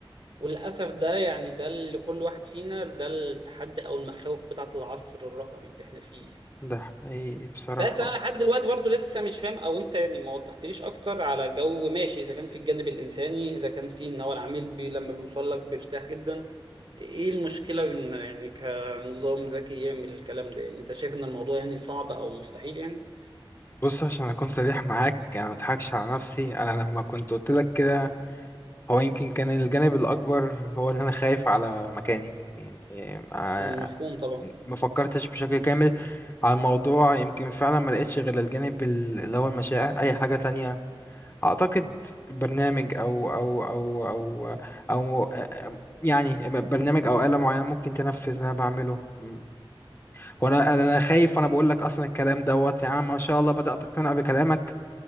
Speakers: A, on the right (about 65°); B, on the left (about 25°).
A: وللاسف ده يعني ده اللي كل واحد فينا ده التحدي او المخاوف بتاعه العصر الرقمي اللي احنا فيه يعني.
B: ده حقيقي بصراحه
A: بس انا لحد دلوقتي برضو لسه مش فاهم او انت يعني ما وضحتليش اكتر على جو ماشي اذا كان في الجانب الانساني اذا كان في ان هو العميل بي لما بيوصل لك بيرتاح جدا ايه المشكلة ان يعني كنظام ذكي يعمل الكلام ده يعني انت شايف ان الموضوع يعني صعب او مستحيل يعني
B: بص عشان اكون صريح معاك انا ما اضحكش على نفسي انا لما كنت قلت لك كده هو يمكن كان الجانب الأكبر هو إن أنا خايف على مكاني يعني آه،
A: مفهوم طبعا
B: ما فكرتش بشكل كامل على الموضوع يمكن فعلا ما لقيتش غير الجانب ال- اللي هو المشاعر أي حاجة تانية أعتقد برنامج أو أو أو أو أو آه، يعني برنامج أو آلة معينة ممكن تنفذ اللي أنا بعمله م. وأنا أنا خايف وأنا بقول لك أصلا الكلام دوت يعني أنا ما شاء الله بدأت أقتنع بكلامك